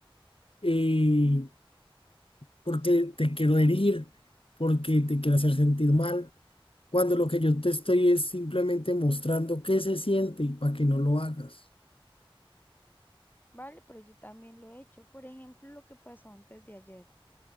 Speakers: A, on the left; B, on the left.
A: eh, porque te quiero herir, porque te quiero hacer sentir mal, cuando lo que yo te estoy es simplemente mostrando qué se siente y para que no lo hagas.
B: Vale, pero yo también lo he hecho. Por ejemplo, lo que pasó antes de ayer.